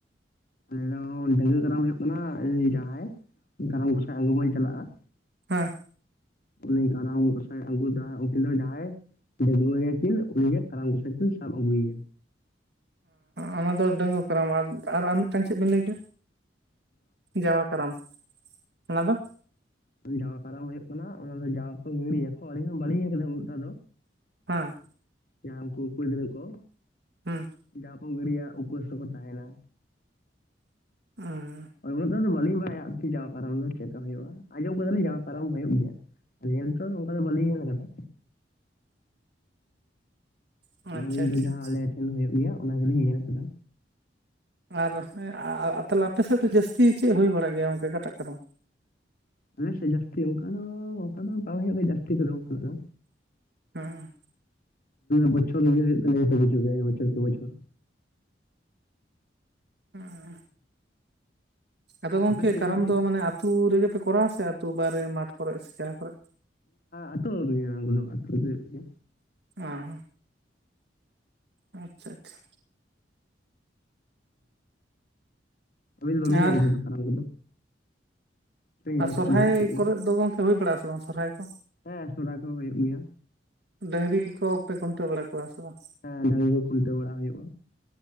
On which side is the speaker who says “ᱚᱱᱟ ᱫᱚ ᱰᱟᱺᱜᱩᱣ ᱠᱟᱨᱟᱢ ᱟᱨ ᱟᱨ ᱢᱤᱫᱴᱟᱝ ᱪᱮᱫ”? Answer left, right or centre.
Right